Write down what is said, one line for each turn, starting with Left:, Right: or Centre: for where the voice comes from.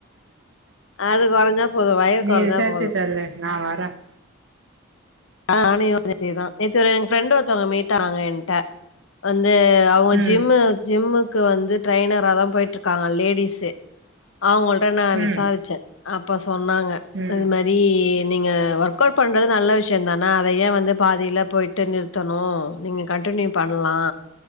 Left: அது கொறைஞ்சா போது வயிறு
Right: நீ
Left: கொறைஞ்சா
Right: விசாரிச்சு
Left: போது
Right: சொல்லு நான் வரேன்
Left: அ நானு யோசிச்சே நேத்து இதா நேத்து எ ப்ரென்டு ஒருத்தவங்க மீட் ஆனாங்க எண்ட வந் து அவுங்க
Right: ம்
Left: ஜிம்மு ஜிம்முக்கு வந்து ட்ரெய்னராதா போய்ட்டுருக்காங்க லேடிஸு அவங்கள்ட்ட நா விசாரிச்சே
Right: ம்
Left: அப்ப சொன்னாங்க
Right: ம்
Left: இது மாரி நீங்க ஒர்க் அவுட் பண்றது நல்ல விஷ யம் தானா அத ஏ வந்து பாதில போய்ட்டு நிறுத்தணு நீங்க கண்டின்யூ பண்லா